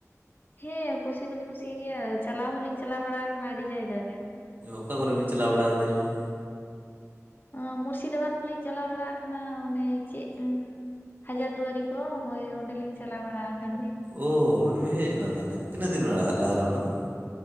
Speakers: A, on the left; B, on the right.
A: ᱦᱮᱸ ᱠᱩᱥᱤ ᱫᱚ ᱞᱤᱧ ᱠᱩᱥᱤ ᱭᱟᱜ ᱜᱮᱭᱟ ᱪᱟᱞᱟᱣ ᱦᱚᱸ ᱞᱤᱧ ᱪᱟᱞᱟᱣ ᱵᱟᱲᱟ ᱟᱠᱟᱱᱟ ᱟᱹᱰᱤ ᱡᱟᱭᱜᱟ ᱜᱮ᱾
B: ᱚᱠᱟ ᱠᱚᱨᱮ ᱵᱤᱱ ᱪᱟᱞᱟᱣ ᱵᱟᱲᱟᱣ ᱠᱟᱱᱟ ᱡᱮᱢᱚᱱᱼᱼ
A: ᱟᱸ ᱢᱩᱨᱥᱤᱫᱟᱵᱟᱫᱽ ᱠᱚ ᱞᱤᱧ ᱪᱟᱞᱟᱣ ᱵᱟᱲᱟ ᱟᱠᱟᱱᱟ ᱚᱱᱮ ᱪᱮᱜ ᱼᱼᱼᱼ ᱦᱟᱡᱟᱫᱽ ᱫᱩᱣᱟᱹᱨᱤ ᱠᱚ ᱦᱳᱭ ᱚᱸᱰᱮ ᱞᱤᱧ ᱪᱟᱞᱟᱣ ᱵᱟᱲᱟ ᱟᱠᱟᱱ ᱜᱮᱭᱟ᱾
B: ᱳᱻ ᱱᱚᱸᱰᱮᱢ ᱦᱮᱡ ᱞᱮᱱᱟ ᱛᱟᱦᱚᱞᱮ ᱛᱤᱱᱟᱹᱜ ᱫᱤᱱ ᱢᱮ ᱢᱟᱲᱟ ᱞᱟᱦᱟ ᱨᱮ ᱚᱱᱟ ᱫᱚ?